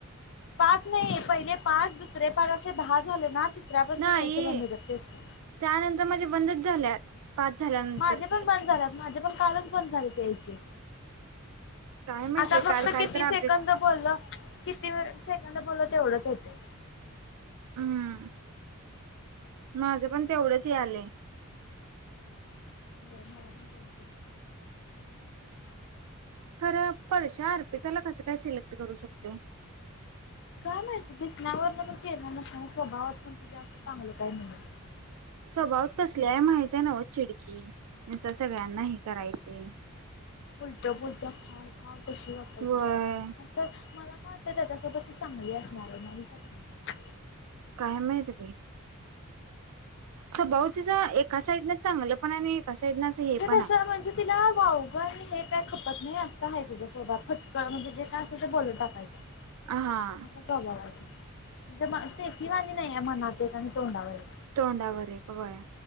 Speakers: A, on the left; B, on the right.
A: पाच नाही पहिले पाच दुसरे पाच असे दहा झाले ना तिसऱ्यापासून
B: नाही
A: यायचे बंद होतात पेशंट
B: त्यानंतर माझे बंदच झालेत पाच झाल्यानंतरचे
A: माझे पण बंद झालेत माझे पण कालच बंद झाले यायचे
B: काय माहित
A: आता
B: बाई काल
A: फक्त
B: काय
A: किती
B: तर
A: सेकंद
B: अपडेट
A: बोलल कितीे त्यां बोल एवढंच येते
B: हम्म माझं पण तेवढंच आलेय
A: म म
B: खरं परश्या अर्पिताला कसं काय सिलेक्ट करू शकतोय
A: काय माहिती दिसण्या वरून तर केला नसेल स्वभावात पण अस चांगलं काय नाहीे
B: स्वभावात कसली आहे माहित आहे नव चिडकी नुसता सगळ्यांना हे करायचे
A: उलट बोलत्या फाड फाड कशी वाटत
B: व्हय
A: तशी मला वाटत त्याच्यासोबत ती चांगली असणार नाही सपणार
B: काय माहिती बाई स्वभाव तिचा एका साइडने चांगलं पण आहे आणि साईडनं असं हे पण
A: तस
B: आहे
A: म्हणजे तिला वावग आणि हे काय अस आहे तिचा स्वभाव फटकळ म्हणजे जे काय असं ते बोलून टाकायचं
B: हा
A: अस झालाय वाटत म्हणजे स्टेफी वणी नाही मनात एक आणि तोंडावर एक
B: तोंडावर एक व्हय